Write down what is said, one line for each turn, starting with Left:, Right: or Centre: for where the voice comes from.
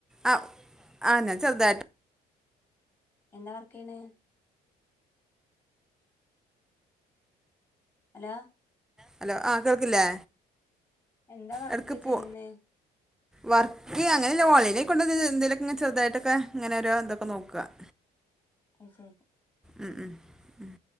Centre: ആ ആ ഞാൻ ചെറുതായിട്ട്
Left: എന്താ വർക്കേണ് അലോ
Centre: ഹലോ ആ കേൾക്കില്ലേ
Left: എന്താ വർക്ക്
Centre: ഇടയ്ക്ക് പോ
Left: ചെയ്യുന്നേ
Centre: വർക്ക് അങ്ങനെല്ല ഓൺലൈനിൽ കൊണ്ട്‌ എന്തെലൊക്കെ ചെറുതായിട്ടൊക്കെ ഇങ്ങനെ ഓരോ എന്തൊക്കെ നോക്കുക <inaudible>
Left: അയ് ശേ
Centre: ഉം ഉം ഉം